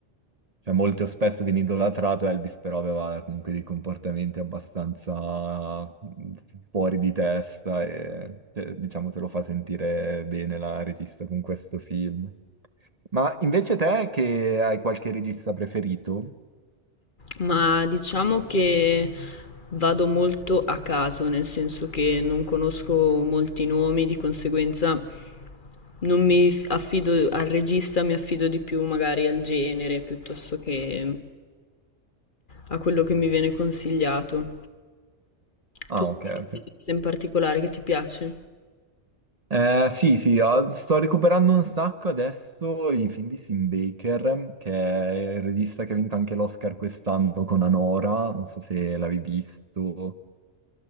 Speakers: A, on the right; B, on the left.
A: cioè, molto spesso viene idolatrato, Elvis però aveva comunque dei comportamenti abbastanza mm, fuori di testa e te- diciamo te lo fa sentire bene la regista con questo film. Ma invece te che hai qualche regista preferito?
B: Ma diciamo che vado molto a caso, nel senso che non conosco molti nomi, di conseguenza non mi f- affido al regista, mi affido di più magari al genere piuttosto che a quello che mi viene consigliato.
A: Ah,
B: Tu hai
A: ok,
B: un
A: ok.
B: regista in particolare che ti piace?
A: Eh, sì, sì, ho- sto recuperando un sacco adesso i film di Sim Baker, che è il regista che ha vinto anche l'Oscar quest'anno con Anora, non so se l'avevi visto.